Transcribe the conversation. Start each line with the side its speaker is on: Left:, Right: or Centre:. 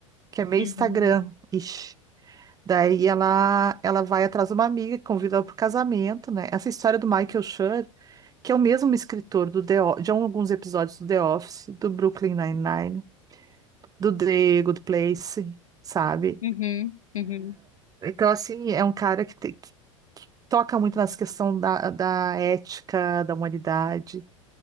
Right: que é meio
Left: Uhum,
Right: Instagram. -ish. Daí ela ela vai atrás de uma amiga que convida ela para o casamento, né? Essa história do Michael Schur, que é o mesmo escritor do The, O- de alguns episódios do The Office, do Brooklyn Nine-Nine, do The Good Place, sabe?
Left: uhum, uhum,
Right: Então, assim, é um cara que, te- que- que toca muito nessa questão da, da ética, da humanidade.